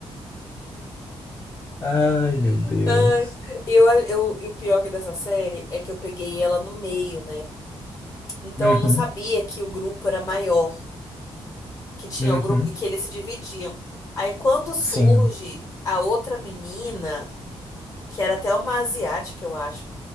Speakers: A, on the left; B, on the left.
A: Ai, meu
B: <laughs>
A: Deus.
B: Ai, e eu, eu, e o pior dessa série é que eu peguei ela no meio, né? Então
A: Uhum,
B: eu não sabia que o grupo era maior. que tinha
A: uhum.
B: o grupo que eles se dividiam. Aí quando surge
A: Sim.
B: a outra menina, que era até uma asiática, eu acho.